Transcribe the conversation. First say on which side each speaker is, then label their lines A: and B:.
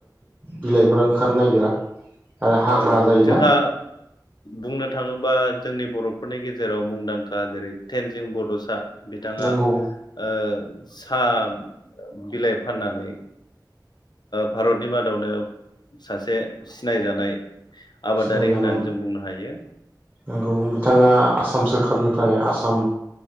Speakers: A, on the right (about 20°); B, on the left (about 65°).
A: बिलाइ फोर ओंखारनो नागिरा आरो हाग्रा
B: औ
A: जायोना
B: जोंहा बुंनो थाङोबा जोंनि बर' फोरनि गेजेराव मुंदांखा जेरै थेनजिं बड'सा बिथाङा
A: नांगौ
B: ओ साहा बिलाइ फाननानै भारतनि मादावनो सासे सिनायजानाय आबादारि
A: सिनायजानाय
B: होननानै जों बुंनो हायो।
A: नंगौ बिथाङा आसाम सोरखारनिफ्राय आसाम